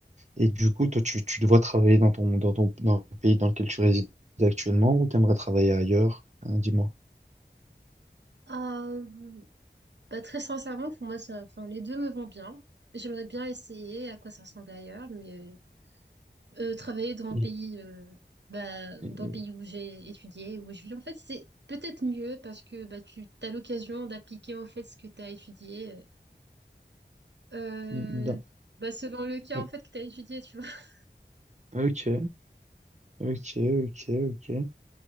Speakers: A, on the right; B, on the right.
A: Et du coup, toi, tu, tu dois travailler dans ton, dans ton, dans le pays dans lequel tu résides actuellement ou t'aimerais travailler ailleurs? Hein, dis-moi.
B: Euh, bah, très sincèrement, pour moi, ça, enfin, les deux me vont bien. J'aimerais bien essayer à quoi ça ressemble ailleurs, mais euh, euh, travailler dans mon
A: Et-
B: pays, euh, bah,
A: et-
B: dans le pays où j'ai étudié, où je vis, en fait, c'est peut-être mieux parce que bah, tu as l'occasion d'appliquer en fait ce que tu as étudié, euh,
A: dans-
B: bah, selon le cas
A: oui.
B: en fait que tu as étudié, tu vois. <laughs>
A: Ok, ok, ok, ok.